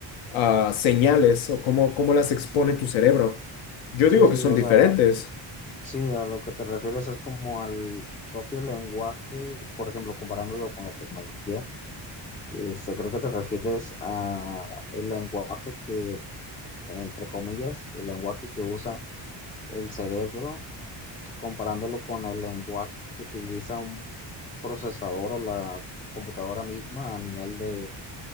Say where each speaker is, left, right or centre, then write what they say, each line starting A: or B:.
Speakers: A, on the left (about 75°); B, on the left (about 20°).
A: ah, señales o cómo, cómo las expone tu cerebro. Yo
B: Sí,
A: digo
B: sí,
A: que son
B: o
A: diferentes.
B: sea, sí, a lo que te refieres es como al propio lenguaje, por ejemplo, comparándolo con la tecnología, este, creo que te refieres a el lenguaje que, entre comillas, el lenguaje que usa el cerebro, comparándolo con el lenguaje que utiliza un procesador o la computadora misma a nivel de,